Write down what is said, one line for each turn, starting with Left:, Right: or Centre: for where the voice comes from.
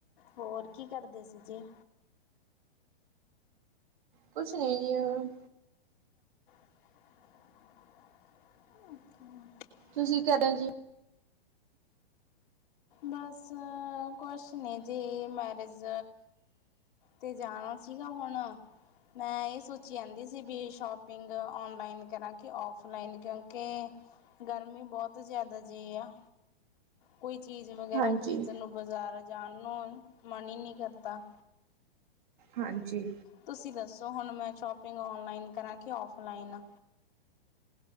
Left: ਹੋਰ ਕੀ ਕਰਦੇ ਸੀ ਜੀ?
Right: ਕੁਛ ਨੀ ਜੀ ਓ
Left: <unintelligible>
Right: ਤੁਸੀ ਕਰਰੇ ਓ ਜੀ।
Left: ਬਸ ਕੋਛ ਨੀ ਜੀ ਮੈਰਿਜ ਤੇ ਜਾਣਾ ਸੀਗਾ। ਹੁਣ ਮੈਂ ਏ ਸੋਚੀ ਆਂਦੀ ਸੀ। ਵੀ ਸ਼ੋਪ ਪਿੰਗ ਔਨਲਾਈਨ ਕਰਾਂ ਕਿ ਔਫਲਾਈਨ ਕਿਉਂਕਿ ਗਰਮੀ ਬਹੁਤ ਜ਼ਿਆਦਾ ਜਿਹੀ ਆ। ਕੋਈ ਚੀਜ਼ ਵਗੈਰਾ
Right: ਹਾਂਜੀ।
Left: ਖਰੀਦਣ ਨੂੰ, ਬਾਜ਼ਾਰ ਜਾਣ ਨੂੰ ਮਨ ਈ ਨੀ ਕਰਦਾ।
Right: ਹਾਂਜੀ।
Left: ਤੁਸੀਂ ਦੱਸੋ, ਹੁਣ ਮੈਂ ਸ਼ੋਪਿੰਗ ਔਨਲਾਈਨ ਕਰਾਂ ਕਿ ਔਫਲਾਈਨ?